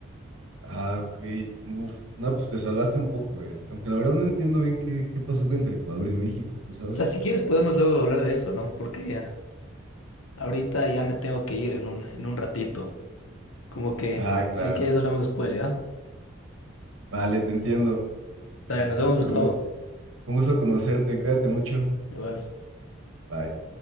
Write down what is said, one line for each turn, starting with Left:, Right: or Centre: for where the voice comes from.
Right: Ah, ok. Uf, no, pues te salvaste un poco, eh. Aunque la verdad no entiendo bien qué, qué pasó entre Ecuador y México, ¿tú sabes?
Left: O sea, si quieres podemos luego hablar de eso, ¿no? Porque ah, ahorita ya me tengo que ir en un, en un ratito. Como que,
Right: Ah, claro.
Left: si quieres hablamos después, ¿ya?
Right: Vale, te entiendo.
Left: Dale,
Right: Eh,
Left: nos vemos, Gustavo.
Right: pero bueno, un gusto conocerte. Cuídate mucho.
Left: Igual.
Right: Bye.